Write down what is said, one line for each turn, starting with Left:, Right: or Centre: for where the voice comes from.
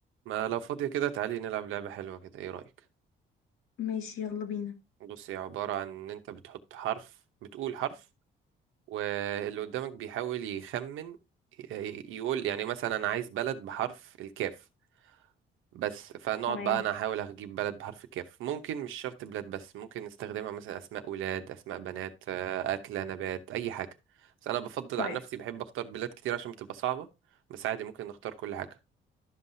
Right: ما لو فاضية كده تعالي نلعب لعبة حلوة كده ايه رأيك
Left: ماشي يلا بينا
Right: بص هي عبارة عن ان انت بتحط حرف بتقول حرف واللي قدامك بيحاول يخمن ي- يقول يعني مثلا انا عايز بلد بحرف الكاف بس فنقعد
Left: تمام
Right: بقى انا احاول اجيب بلد بحرف الكاف ممكن مش شرط بلاد بس ممكن نستخدمها مثلا اسماء ولاد اسماء بنات آه، اكلة نبات اي حاجة بس انا بفضل
Left: طيب
Right: عن نفسي بحب اختار بلاد كتير عشان بتبقى صعبة بس عادي ممكن نختار كل حاجة